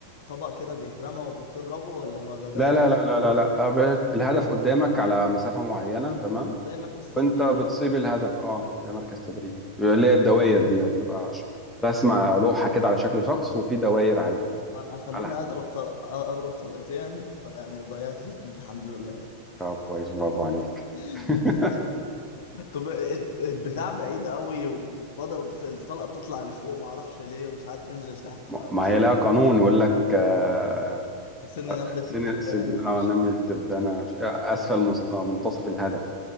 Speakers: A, on the left (about 55°); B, in the centre.
A: طبق كده بيترمى وبتضربه ولا ولا ده
B: لا لا لا لا لا لا أبد. الهدف قدامك على مسافة معينة تمام
A: زي مركز
B: وانت
A: تدريب
B: بتصيب
A: يعني
B: الهدف اه ده مركز تدريب بيبقى اللي هي الدوائر دي بتبقى ش- رسمة لوحة كده على شكل شخص وفي دوائر عليه
A: انا خلوني
B: على حسب
A: اضرب طل... اضرب طلقتين يعني ضيعت الاتنين الحمد لله يعني
B: طب كويس برافو عليك
A: <laughs>
B: <laughs>
A: طب إيه، البتاع بعيد قوي وبضرب بت- الطلقه بتطلع لفوق ما اعرفش ليه وساعات تنزل تحت
B: ما
A: فحسيت
B: ما هي لها قانون يقول لك آه،
A: ان نمله
B: سن
A: الدبانه
B: سد
A: ومش
B: اه نمل تبدأ انا مش- اسفل مس- آه، منتصف الهدف